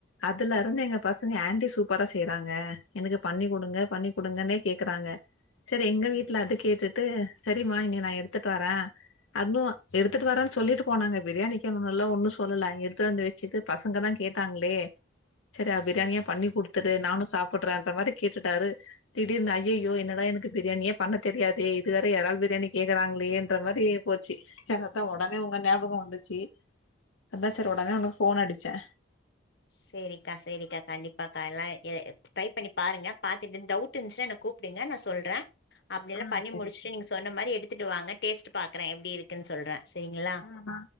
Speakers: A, on the left; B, on the left.
A: அதுலருந்து எங்க பசங்க ஆன்டி சூப்பரா செய்றாங்க எனக்கு பண்ணி குடுங்க பண்ணி குடுங்கன்னே கேக்குறாங்க சரி எங்க வீட்ல அது கேட்டுட்டு சரிமா இனி நா எடுத்துட்வரே அதுவு எடுத்துட்டு வரே சொல்லிட்டு போனாங்க பிரியாணிக்குன்னுல்லா சொல்லல எடுத்து வந்து வெ சிக்கு பசங்க தா கேட்டாங்களே செரி அபிராமிய பண்ணி குடுத்துட்டு நானு சாப்புட்றேன்ற மாதிரி கேட்டுட்டாரு திடீர்னு ஐய்யையோ என்னடா எனக்கு பிரியாணியே பண்ண தெரியாதே இது வேற எறால் பிரியணி கேக்கறாங்க ளேன்ற மாரி போச்சி அத்தா உடனே உங்க ஞாபகம் வந்துச்சி அதா செரி உடனே உனக்கு போன் அடிச்சே
B: செரிக்கா செரிக்கா கண்டிப்பாக்கா எல்லா ட்ரை பண்ணி பாருங்க பாத்துட்டு டவுட் டு இந்துச்சுான கூப்டுங்க நா சொல்ற அப்படி எல்லா
A: ஆ
B: பண்ணி
A: சரி
B: முடிச்சுட்டு நீங்க சொன்ன மாரி எடுத்துட்டு வாங்க டேஸ்ட் பாக்குற எப்டி இருக்குன்னு சொல்ற சரிங்களா
A: அதா